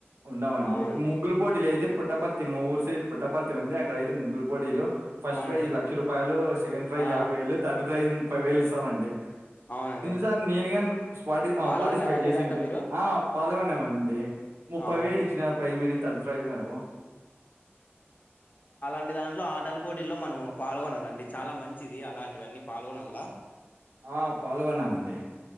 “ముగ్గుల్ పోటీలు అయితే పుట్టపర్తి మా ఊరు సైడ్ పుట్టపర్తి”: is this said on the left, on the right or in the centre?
Right